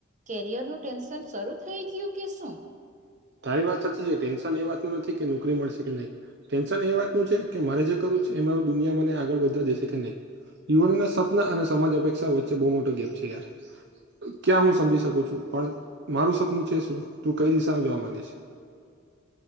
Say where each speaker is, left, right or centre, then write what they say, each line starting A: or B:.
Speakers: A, on the right; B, on the right.
A: કેરિયર નું ટેન્શન શરૂ થઈ ગયું કેસો
B: તારી વાત સાચી છે ટેન્શન એ વાતનું નથી કે નોકરી મળશે કે નહીં ટેન્શન એ વાતનું છે કે મારે જે કરવું એમાં દુનિયા મને આગળ વધા દેશે કે નહી યુવાનોને સપના અને સમાજ અપેક્ષા વચ્ચે બહુ મોટો ગેપ છે યાર ક્યાં હું સમજી શકું છું પણ મારું સપનું છે શું તું કઈ દિશામાં જવા માંગ છે